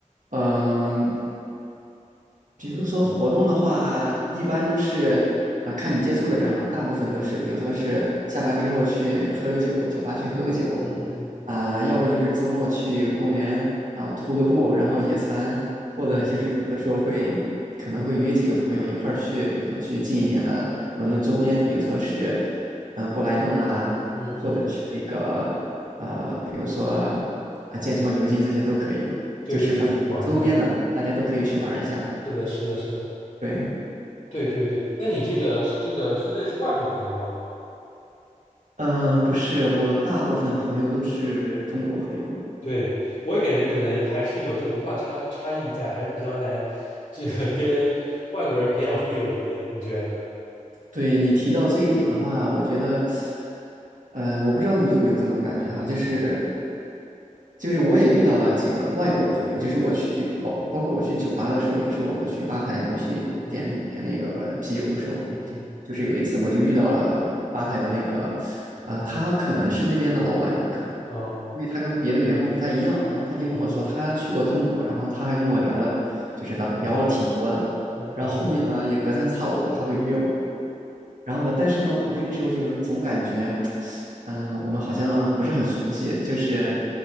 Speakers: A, on the right; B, on the left.
A: 嗯、比如说活动的话，一般都是啊、看你接触的人哈，大部分都是，
B: 嗯
A: 比如说是下班之后去喝个酒，酒吧去喝个酒，
B: 嗯嗯
A: 啊、要不就是周末去公园，然后徒个步，然后野餐，或者就是有的时候会可能会约几个朋友一块儿去，
B: 嗯
A: 比如说去近一点的伦敦周边，比如说是嗯、呃布莱顿啊，
B: 嗯嗯嗯，
A: 或者是那个呃，比如说啊剑桥、牛津这些都可以，
B: 对对对，
A: 就是反正周边的大家都可以去玩儿一下。
B: 去玩一下。是的，是的，是的。
A: 对，
B: 对对对，那你这个这个是认识外国朋友吗？
A: 呃，不是，我大部分朋友都是中国朋友。
B: 对，我也感觉可能还是有这文化差差异在，还是比较难，这个跟外国人培养出友谊的，你觉得呢？
A: 对你提到这一点的话，我觉得，嗯、我不知道你有没有这种感觉哈，
B: 嗯
A: 就是就是我也遇到了几个外国朋友，就是我去包包括我去酒吧的时候，有时候我去吧台，我去点点那个啤酒的时候，
B: 嗯嗯嗯
A: 就是有一次我就遇到了吧台的那个，呃，他可能是那边的老板，有可能。
B: 嗯啊
A: 因为他跟别的员工不太一样，然后他就跟我说他去过中国，
B: 嗯嗯，
A: 然后他还跟我聊了，就是聊聊了挺多的，
B: 然后然后呢？
A: 然后后面呢也隔三差五的他会约我，然后呢，但是呢我那个时候就总感觉，嗯、我们好像不是很熟悉，就是